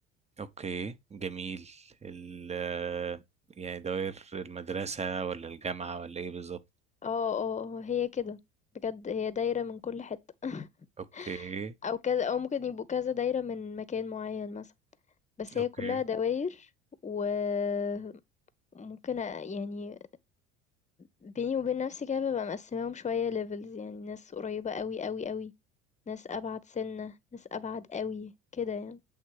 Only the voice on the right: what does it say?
اوكي جميل ال يعني دوائر المدرسة ولا الجامعة ولا ايه بالظبط؟
اوكي
اوكي